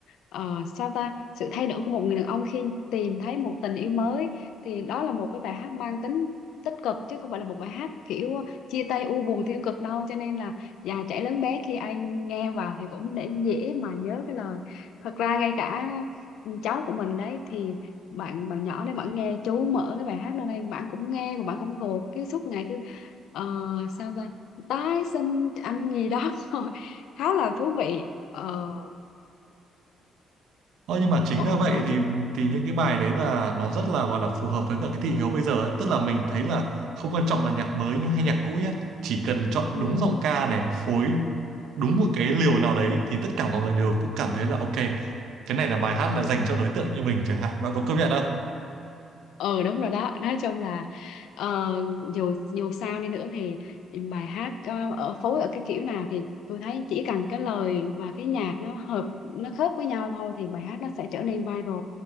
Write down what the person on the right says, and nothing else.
Ờ, nhưng mà chính
ra vậy
thì
thì những cái bài đấy là nó rất là gọi là phù hợp với cả cái thị hiếu bây giờ ấy. Tức là mình thấy là không quan trọng là nhạc mới nhá, hay nhạc cũ nhá, chỉ cần chọn
đúng giọng ca này, phối đúng một
cái liều nào đấy thì tất cả mọi người đều cũng cảm thấy là ok, cái này là bài hát là dành cho đối tượng như mình chẳng hạn. Bạn có công nhận không?